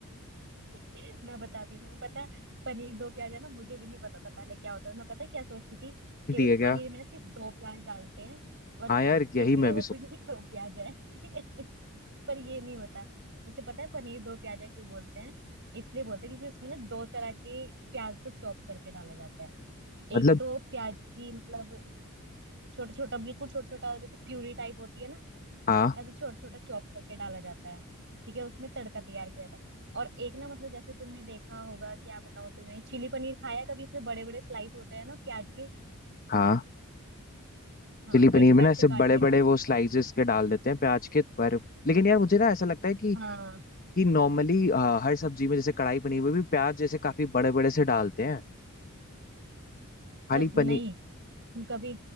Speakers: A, on the right; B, on the left.
A: <laughs> मैं बताती हूँ तुम्हें पता है पनीर दो प्याजा ना मुझे भी नहीं पता था पहले क्या होता है मैं पता है क्या सोचती थी कि
B: दिए
A: उस
B: क्या
A: पनीर में ना सिर्फ दो प्याज डालते हैं और
B: हाँ यार यही
A: इसलिए
B: मैं
A: वो
B: भी
A: <laughs>
B: सोच
A: पनीर दो प्याज है <laughs> पर ये नहीं होता उसे पता है पनीर दो प्याजा क्यों बोलते हैं इसलिए बोलते हैं क्योंकि उसमें ना दो तरह के प्याज को चॉप करके डाला जाता है
B: मतलब
A: एक तो प्याज की मतलब छोटा छोटा बिल्कुल छोटा छोटा जैसे प्यूरी टाइप होती है ना
B: हाँ
A: ऐसे छोटा छोटा चॉप करके डाला जाता है ठीक है उसमें तड़का तैयार किया जाता है और एक ना मतलब जैसे तुमने देखा होगा क्या बताऊं तुम्हें चिली पनीर खाया है? कभी इसमें बड़े बड़े स्लाइस होते हैं ना प्याज के
B: हाँ
A: हाँ
B: चिली पनीर
A: एक
B: में
A: वैसे
B: ना ऐसे
A: काट
B: बड़े
A: के
B: बड़े
A: डाला
B: वो
A: जाता
B: स्लाइसेस
A: है
B: के डाल देते हैं प्याज के पर लेकिन यार मुझे ना ऐसा लगता है कि
A: हाँ
B: कि नॉर्मली हर सब्जी में जैसे कढ़ाई पनीर में भी प्याज जैसे काफी बड़े बड़े से डालते हैं
A: अ,
B: खाली
A: नहीं
B: पनीर
A: तुम कभी